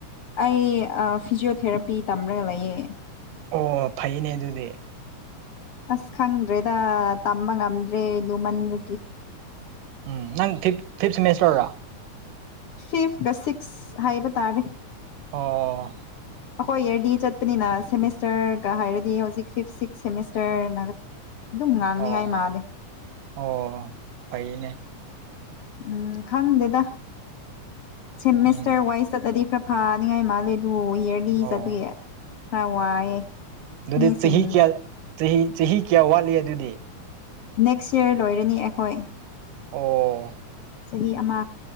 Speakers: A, on the left (about 60°); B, on the right (about 85°).
A: ꯑꯩ ꯑ ꯐꯤꯖꯤꯌꯣ ꯊꯦꯔꯥꯄꯤ ꯇꯝꯔꯒ ꯂꯩꯌꯦ
B: ꯑꯣ ꯐꯩꯅꯦ ꯑꯗꯨꯗꯤ
A: ꯑꯁ ꯈꯪꯗ꯭ꯔꯦꯗ ꯇꯝꯕ ꯉꯝꯗ꯭ꯔꯦ ꯂꯨꯃꯟꯕꯒꯤ
B: ꯎꯝ ꯅꯪ ꯐꯤꯞ ꯐꯤꯞ ꯁꯦꯃꯦꯁꯇꯔ ꯔꯥ
A: ꯐꯤꯞꯀ ꯁꯤꯛꯁ ꯍꯥꯏꯕ ꯇꯥꯔꯦ
B: ꯑꯣ
A: <inaudible> ꯑꯈꯣꯏ ꯌꯔꯂꯤ ꯆꯠꯄꯅꯤꯅ ꯁꯦꯃꯦꯁꯇꯔ ꯒꯍꯥꯏꯔꯗꯤ ꯍꯧꯖꯤꯛ ꯐꯤꯐ ꯁꯤꯛꯁ ꯁꯦꯃꯦꯁꯇꯔꯅꯒ ꯗꯨꯝ ꯉꯥꯡꯅꯤꯡꯉꯥꯏ
B: ꯑꯣ
A: ꯃꯥꯜꯂꯦ
B: ꯑꯣ ꯐꯩꯌꯦꯅꯦ
A: ꯎꯝ ꯈꯪꯗꯦꯗ ꯁꯦꯃꯦꯁꯇꯔ
B: ꯎꯝ
A: ꯋꯥꯏꯆ ꯆꯠꯂꯗꯤ ꯈꯔ ꯐꯥꯅꯤꯡꯉꯥꯏ ꯃꯥꯜꯂꯦ ꯑꯗꯨꯕꯨ ꯌꯔꯂꯤ
B: ꯑꯣ
A: ꯆꯠꯄꯒꯤ ꯈꯔ ꯋꯥꯏꯑꯦ
B: ꯗꯨꯗꯤ
A: ꯃꯤꯁꯤꯡ
B: ꯆꯍꯤ ꯀꯌꯥ ꯆꯍꯤ ꯆꯍꯤ ꯀꯌꯥ ꯋꯥꯠꯂꯤ ꯑꯗꯨꯗꯤ
A: ꯅꯦꯛꯁ ꯌꯥꯔ ꯂꯣꯏꯔꯅꯤ ꯑꯩꯈꯣꯏ
B: ꯑꯣ
A: ꯆꯍꯤ ꯑꯃ